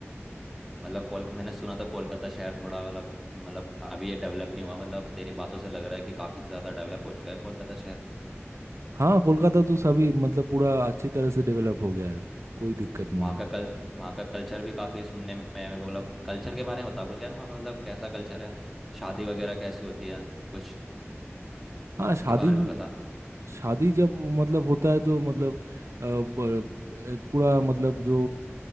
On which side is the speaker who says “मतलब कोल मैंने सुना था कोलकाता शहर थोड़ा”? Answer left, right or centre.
Centre